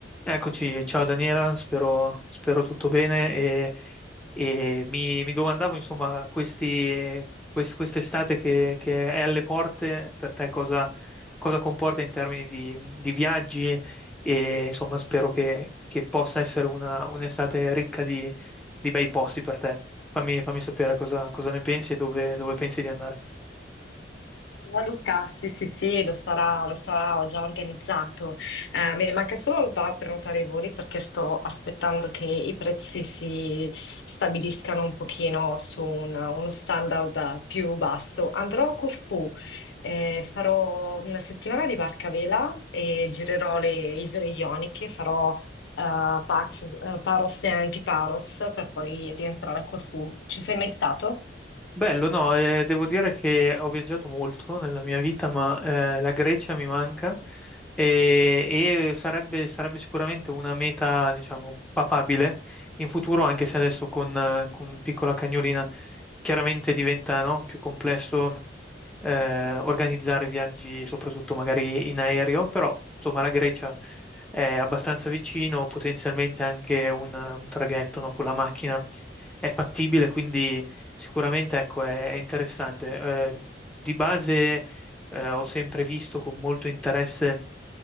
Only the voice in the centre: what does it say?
Eccoci, ciao Daniela, spero, spero tutto bene e, e mi, mi domandavo insomma questi, quest- quest'estate che, che è alle porte per te cosa, cosa comporta in termini di, di viaggi e insomma spero che, che possa essere una, un'estate ricca di, di bei posti per te. Fammi, fammi sapere cosa, cosa ne pensi e dove, dove pensi di andare.
Bello, no, eh, devo dire che ho viaggiato molto nella mia vita, ma eh, la Grecia mi manca e, e sarebbe, sarebbe sicuramente una meta, diciamo, papabile in futuro, anche se adesso con, eh, con piccola cagnolina chiaramente diventa, no, più complesso eh, organizzare viaggi, soprattutto magari in aereo, però insomma la Grecia è abbastanza vicino, potenzialmente anche un, un traghetto, no, con la macchina è fattibile, quindi... Sicuramente, ecco, è, è interessante. Eh, di base, eh, ho sempre visto con molto interesse,